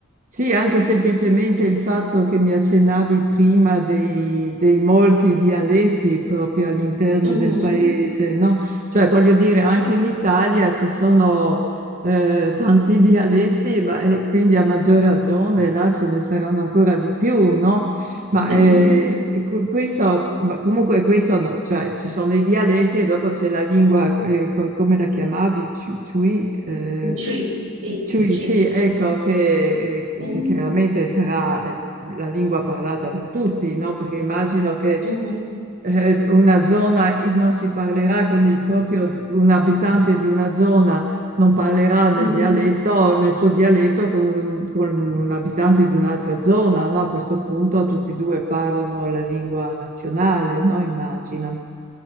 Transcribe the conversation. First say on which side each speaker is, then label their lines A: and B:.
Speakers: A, on the right (about 40°); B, on the right (about 80°).
A: sì, anche semplicemente il fatto che mi accennavi prima dei, dei molti dialetti proprio all'interno
B: Mhm,
A: del paese, no? Cioè, voglio dire, anche
B: Sì.
A: in Italia ci sono eh, tanti <laughs> dialetti, ma e quindi a maggior ragione là ce ne saranno ancora di più, no? Ma
B: <laughs>
A: eh, cu- questo, ma comunque questo no, cioè ci sono i dialetti e dopo c'è la lingua, eh, co- come la chiamavi? Ciu- Ciui? eh,
B: Ci, sì,
A: ciui,
B: ci.
A: sì, ecco, che, eh,
B: Mhm,
A: che chiaramente sarà eh, la lingua parlata da tutti, no? Perché immagino che
B: mhm,
A: eh, una zona non si parlerà con il proprio, un abitante di una zona non parlerà nel
B: mhm.
A: dialetto, nel suo dialetto con un, con un abitante di un'altra zona, no? A questo punto tutti e due parlano la lingua nazionale, no? Immagino.